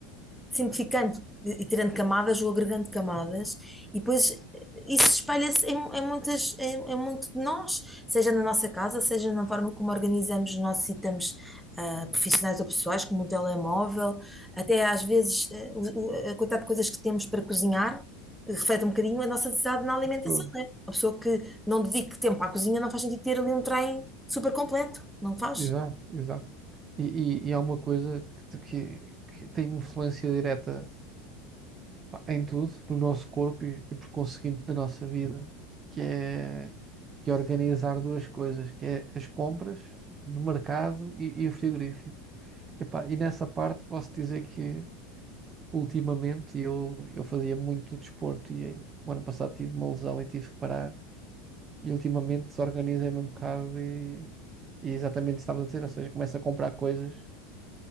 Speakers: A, in the centre; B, on the right.
A: simplificando e tirando camadas ou agregando camadas, e depois eh, isso espalha-se em, em muitas, em, em muito de nós, seja na nossa casa, seja na forma como organizamos os nossos itens. ah, profissionais ou pessoais, como um telemóvel, até às vezes eh, o- o- a quantidade de coisas que temos para cozinhar eh, reflete um bocadinho a nossa necessidade na alimentação,
B: Tipo,
A: né? A pessoa que não dedique tempo à cozinha não faz sentido ter ali um trem super completo, não faz?
B: Exato, exato. E, e, e é uma coisa que, te- que, que tem influência direta, pá, em tudo, no nosso corpo e, e por conseguinte na nossa vida, que é, que é organizar duas coisas, que é as compras do mercado e, e o frigorífico. Epá, e nessa parte posso dizer que ultimamente eu, eu fazia muito desporto e eh, o ano passado tive uma lesão e tive que parar. E ultimamente desorganizei-me um bocado e, e exatamente isso que estavas a dizer, ou seja, começo a comprar coisas